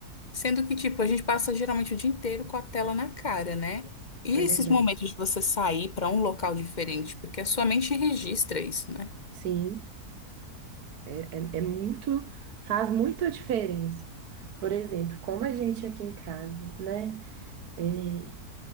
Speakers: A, on the left; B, on the right.
A: Sendo que, tipo, a gente passa geralmente o dia inteiro com a tela na cara, né? E
B: é
A: esses
B: verdade.
A: momentos de você sair para um local diferente, porque a sua mente registra isso, né?
B: Sim. É, é, é muito, faz muita diferença. Por exemplo, como a gente aqui em casa, né? é,